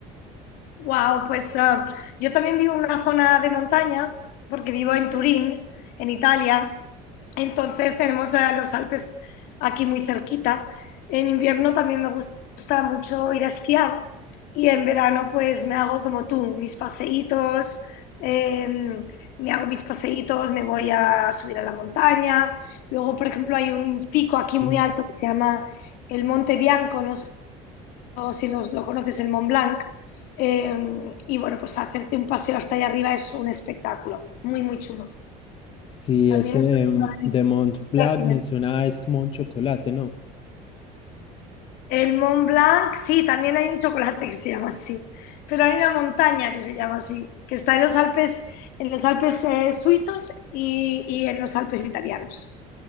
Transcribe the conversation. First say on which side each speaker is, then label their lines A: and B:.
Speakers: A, on the left (about 70°); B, on the left (about 35°).
A: Wow, pues ah, yo también vivo en una zona de montaña, porque vivo en Turín, en Italia. Entonces tenemos ah, los Alpes aquí muy cerquita. En invierno también me gusta mucho ir a esquiar y en verano pues me hago como tú, mis paseítos, eh, me hago mis paseítos, me voy a subir a la montaña. Luego, por ejemplo, hay un pico aquí muy
B: Mm.
A: alto que se llama el Monte Bianco, no sé si los, lo conoces, el Mont Blanc. Eh, y bueno, pues hacerte un paseo hasta allá arriba es un espectáculo, muy, muy chulo.
B: Sí,
A: También
B: ese de,
A: esto es
B: M-
A: una
B: de Mont Blanc
A: pertinente.
B: me suena, es como un chocolate, ¿no?
A: El Mont Blanc, sí, también hay un chocolate que se llama así, pero hay una montaña que se llama así, que está en los Alpes, en los Alpes eh, suizos y, y en los Alpes italianos.